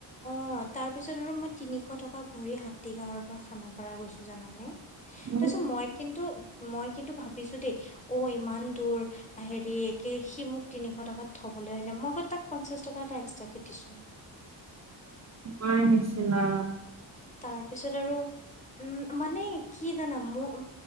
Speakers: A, on the left (about 15°); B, on the right (about 35°).
A: অ' তাৰ পিছত আৰু মই তিনিশ টকা ভৰি হাতী গাঁৱৰ পৰা খানাপাৰা গৈছো জানানে। তাৰ
B: মোৰ
A: পিছত মই কিন্তু মই কিন্তু ভাবিছো দেই অ' ইমান দূৰ হেৰি সি মোক তিনিশ টকাত থবলৈ আহিলে, মই গৈ তাক পঞ্চাশ টকা এটা এক্সট্ৰাক কে দিছো।
B: ন নিশ্চিলা।
A: তাৰপিছত আৰু উম মান কি জানা মোৰ